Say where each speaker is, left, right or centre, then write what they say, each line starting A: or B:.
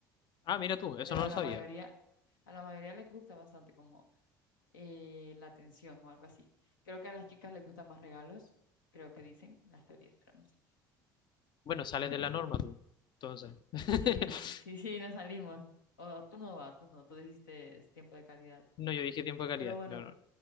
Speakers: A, on the left; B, on the left.
A: Ah, mira tú, eso
B: Pero
A: no
B: a
A: lo
B: la
A: sabía.
B: mayoría, a la mayoría les gusta bastante como eh, la atención o algo así. Creo que a las chicas les gustan más regalos, creo que dicen las teorías, pero no sé.
A: Bueno, sales
B: <laughs>
A: de la norma tú. Entonces. <laughs>
B: Sí, sí, sí, nos salimos. O, o tú no vas, tú no, tú dijiste es tiempo de calidad.
A: No, yo dije tiempo de calidad.
B: Pero bueno,
A: No, no,